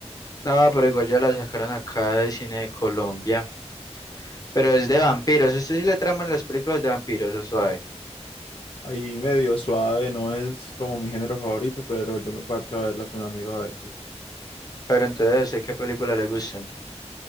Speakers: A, on the left; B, on the left.
A: No, pero igual ya la sacaron acá de cine de Colombia. Pero es de vampiros. Usted sí le traman las películas de vampiros, o suave.
B: Ahí medio suave, no es como mi género favorito, pero yo me parcho a verlas con amigos a veces.
A: Pero entonces, ¿sé qué película le gustan?